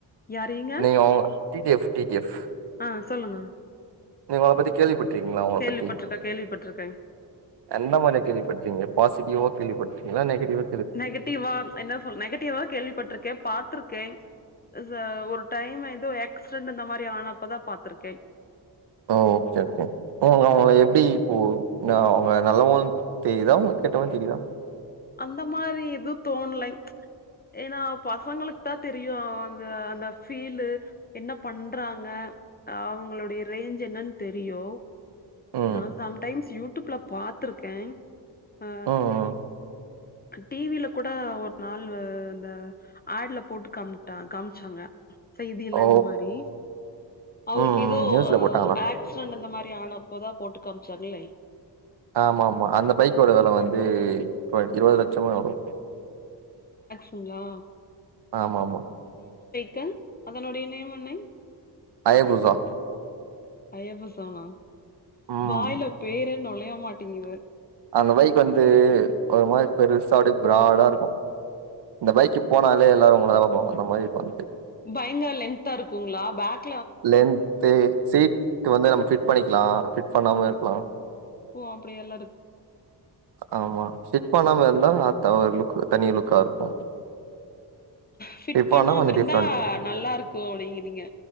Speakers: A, on the left (about 25°); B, on the right (about 65°).
A: யார் நீங்க?
B: நீங் ஓ T T F T T F
A: ஆ சொல்லுங்க
B: நீங்க அவுங்கள பத்தி கேள்விப்பட்ருக்கீங்ளா அவுங்கள
A: கேள்விப்பட்டுருக்கேன்,
B: பத்தி
A: கேள்விப்பட்டுருக்கேன்.
B: எந்த மாரி கேள்விப்பட்டிருக்கிங்க பாசிட்டிவா கேள்விப்பட்டிருக்கிங்ளா நெகடிவ்வா
A: நெகட்டிவா என்ன சொல் நெகட்டிவாதா கேள்விப்பட்டிருக்கே பாத்துருக்கே சா ஒரு டைம் எதோ ஆக்சிடென்ட்ற மாரி ஆனப்பதா பாத்துருக்கே
B: ஓ ஓகே ஓகே உங்களுக்கு அவங்கள எப்டி இப்போ நா அவ்ங்க நல்லவன்னு தெரியுதா உங்க கெட்டவனு தெரியுதா
A: அந்த மாரி எதுவு தோண்லை ஏன்னா பசங்களுக்கு தா தெரியு அவங்க அந்த ஃபீல்லு என்ன பண்றாங்க க அவுங்களுடைய ரேஞ்ச் என்னனு தெரியு
B: ம்
A: நா சம்டைம்ஸ் யூடுப்ல பாத்துருக்கேன் ஆ
B: ம் ம்
A: டீ வி ல கூட ஒரு நாள் அந்த ஆட் ல போட்டு காம்ட்டா காம்ச்சாங்க செய்தியில
B: ஓ
A: இந்த மாரி அவருக்கு
B: ம் ம்
A: எதோ
B: நியூஸ்ல போட்டாங்களா
A: ஆக்சிடன்ட் அந்த மாரி ரி ஆனப்போதா போட்டு காம்ச்சாங்ளே
B: ஆமாமா அந்த பைக்கோட வெல வந்து இரு இருவது லெட்சமாே எனவோ வரு
A: ங்களா
B: ஆமாமா
A: தென் அதனுடைய நேம் என்ன
B: அயபூசோ
A: அயப்ப சாமா
B: ம்
A: வாய்ல பேரே நொழைய மாட்டேங்குது
B: அந்த பைக் வந்து ஒரு மாரி பெருசா அப்டியே ப்ராடா இருக்கு இந்த பைக்கு போனாலே எல்லாரு உங்களதா பாப்பாங்க அந்த மாரி இருக்கோ வந்ட்டு
A: பயங்கர லென்தா இருக்குங்ளா பேக்
B: லென்து சீட்டு வந்து நம்ம ஃபிட் பண்ணிக்கலா ஃபிட் பண்ணாமயோ இருக்கலா
A: ஓ அப்டியெல்லா
B: ஆமா ஃபிட் பண்ணாம இருந்தா தவறு லுக்கு தனி லுக்கா இருக்கு
A: ஃபிட்
B: ஸ்டிச் பண்ணா
A: பண்ணாம
B: கொஞ்சோ
A: இருந்தா
B: டிஃப்ரெண்ட்
A: நல்லா இருக்கு அப்டிங்கிறீங்க